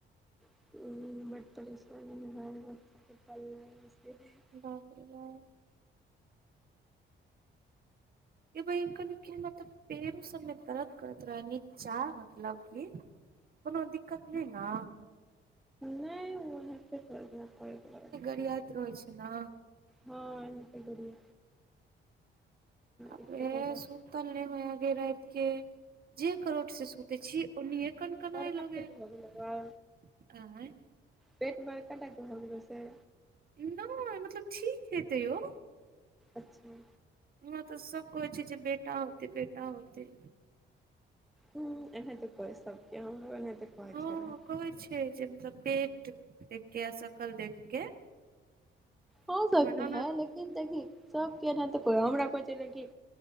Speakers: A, in the centre; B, on the right.
A: <unintelligible>
B: बाप रे बाप। ए बहिन कहली कि हमर ते पैरो सब मे दरद करत रहनी निचा मतलब कि कुनो दिक्कत नै ना।
A: नै उ ओन्हेतो <unintelligible> रहत
B: <unintelligible> रहै छै ना।
A: हां ए मे <unintelligible> द दियौ।
B: अपने
A: दिक्कत होयत
B: सूतल नै होयया जे रात के। जे करोट से सुते छी ओनिये कन कनाय
A: बड़का
B: लगैया
A: पेट भऽ गेलौ
B: एं।
A: पेट बड़काटा के भ गेलौ से।
B: नय मतलब ठीक हेतै यौ
A: अच्छा
B: यहाँ तऽ सब कहइ छै जे बेटा होतै बेटा होतै
A: हं एनाहिते को सबके हमरो एनाहिते कहै
B: हँ
A: छलै
B: कहै छै जे मतलब पेट देख के शकल देख के
A: हो
B: हमर
A: सकै
B: ननद
A: है लेकिन देखी सब के एनहिते कोइ हमरा कहइ छलइ कि